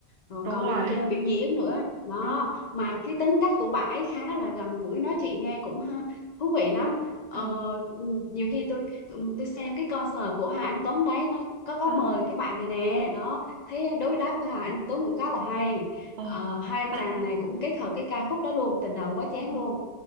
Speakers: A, on the left; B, on the right.
A: rồi
B: đúng
A: còn
B: rồi
A: đi ch- biểu diễn nữa đó
B: ừ
A: mà cái tính cách của bạn ấy khá là gần gũi nói chuyện nghe cũng ha, thú vị lắm ờ,
B: ờ
A: ừ, nhiều khi tôi tôi tôi xem cái concert của Hà Anh Tuấn đấy nó có có
B: ờ
A: mời cái bạn này nè đó thấy đối đáp với Hà Anh Tuấn cũng khá là hay
B: ờ
A: ờ, hai anh
B: bạn
A: chàng
B: ơi
A: này cũng kết hợp cái ca khúc đó luôn tình đầu quá chén
B: ờ.
A: luôn